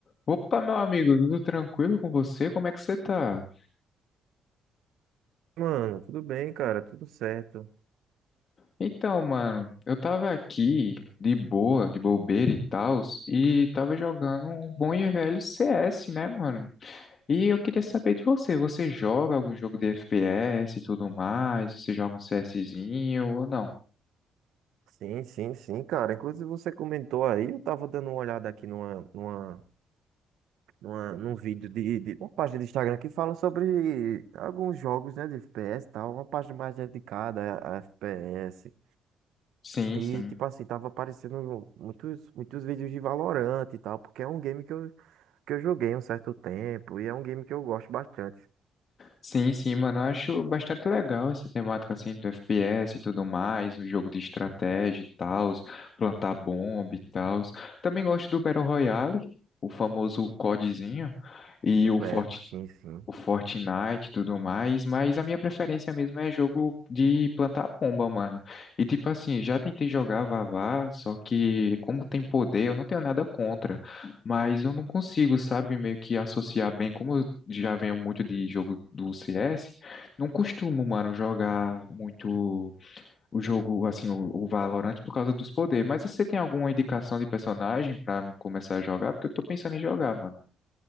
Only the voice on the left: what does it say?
Opa, meu amigo, tudo tranquilo com você? Como é que você tá?
Então, mano, eu tava aqui de boa, de bobeira e tal, e tava jogando um bom e velho CS, né, mano? E eu queria saber de você, você joga algum jogo de FPS e tudo mais? Você joga um CSzinho ou não?
Sim,
sim.
Sim, sim, mano, eu acho bastante legal essa temática assim do FPS e tudo mais, um jogo de estratégia e tal, plantar bomba e tal. Também gosto do Battle Royale, o famoso CODzinho e
o Fort,
o Fortnite e tudo mais, mas a minha preferência mesmo é jogo de plantar pomba, mano. E tipo assim, já tentei jogar Vavá, só que como tem poder, eu não tenho nada contra, mas eu não consigo, sabe, meio que associar bem, como eu já venho muito de jogo do CS, não costumo, mano, jogar muito o jogo, assim, o, o Valorant por causa dos poderes, mas você tem alguma indicação de personagem pra mim começar a jogar? Porque eu tô pensando em jogar, mano.